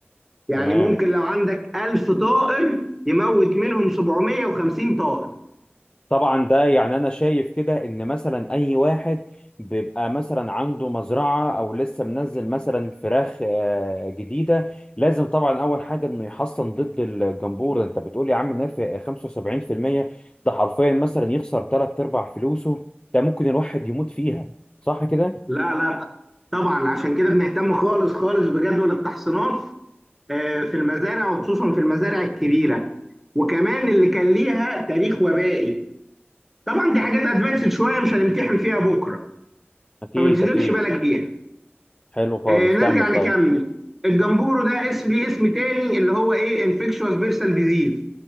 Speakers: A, in the centre; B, on the left.
A: يعني
B: تمام
A: ممكن لو عندك 1000 طائر يموت منهم 750 طائر
B: طبعا ده يعني انا شايف كده ان مثلا اي واحد بيبقى مثلا عنده مزرعه او لسه منزل مثلا فراخ آه، جديده لازم طبعا اول حاجه انه يحصن ضد الجمبور انت بتقول يا عم نافع 75% ده حرفيا مثلا يخسر ثلاث ارباع فلوسه ده ممكن الواحد يموت فيها صح كده
A: لا لا طبعا عشان كده بنهتم خالص خالص بجدول التحصينات آه، في المزارع وخصوصا في المزارع الكبيرة وكمان اللي كان ليها تاريخ وبائي طبعا دي حاجات ادفانسد شوية مش هنمتحن فيها بكرة
B: اكيد
A: فما تشغلش
B: اكيد
A: بالك بيها
B: حلو خالص
A: آه، نرجع
B: كمل طيب
A: نكمل الجمبورو ده اسم ليه اسم تاني اللي هو ايه انفكشوس بيرسال ديزيز